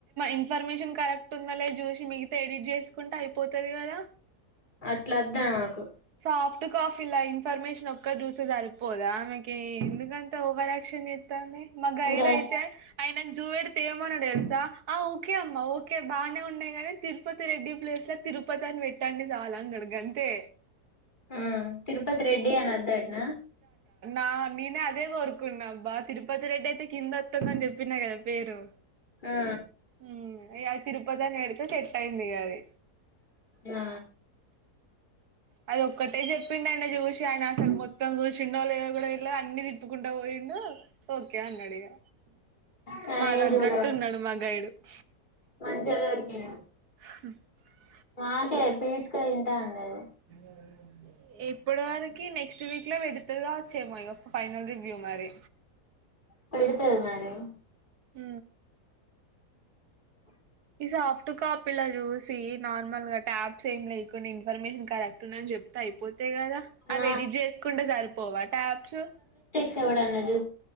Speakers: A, on the right; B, on the left.
A: ఇన్ఫర్మేషన్ కరెక్ట్ ఉంద లే చూసి మిగితా ఎడిట్ చేసు ఉంటే అయిపోతది కదా
B: అట్లా వద్దు మాకు
A: సాఫ్ట్ కాపీల ఇన్ఫర్మేషన్ ఒక్క చూస సరిపోదా మీకు ఎందుకంత ఓవర్ ఆక్షన్ చేస్తాంది మా గైడ్
B: గజ్
A: అయితే ఆయనకు జూడి తయమని తెలు రా ఆ ఓకే అమ్మా ఓకే బాగానే ఉన్నాయి గాని తిరుపతి రెడ్డి ప్లేస్ తిరుపతి అని పెట్టండి చాలన్నాడు గంతే
B: ఆ తిరుపతి రెడ్డి అని వద్దంటున్నా
A: ఆ నేను అదే కోరుకున్నాబ్బా తిరుపతి రెడ్డి అయితే కింద వస్తుందని చెప్పిన కదా పేరు
B: ఆ
A: హమ్ యా తిరుపతి అని పెడితే సెట్ అయింది ఇగ అది
B: ఆ
A: అది ఒక్కటే చెప్పిండన్న చూసి ఆయన అసలు మొత్తం చూసి చిషన్నోళదో కూడా ఇలా అన్ని తిప్పుకుంటా పోయిను ఓకే అన్నాడు ఇక
B: తనేం
A: మా తగ్గట్టు
B: చూడడు
A: ఉన్నాడు మా గైడు <inaudible>
B: మంచిగా దొరికిండు
A: <unintelligible>
B: మాకే పీల్చక తింట ఉంది
A: ఏ <unintelligible> ఏమ్ ఇప్పటి వరకి నెక్స్ట్ వీక్లో విడుతలుగా వచ్చేమోయ ఫైనల్ రివ్యూ మరి
B: పెడుతది మరీ
A: ఊ
B: ఆ
A: ఈ సాఫ్టు కాపిల జూస్ నార్మల్ గా ట్యాప్స్ ఏమి లేకుండా ఇన్ఫర్మేషన్ కరెక్ట్ ఉన్నా అని చెప్తే అయిపోత్ అంతే కదా అవి
B: ఆ
A: ఎడిట్ చేసుకుంటే సరిపోవా ట్యాప్స్
B: సవడ నజు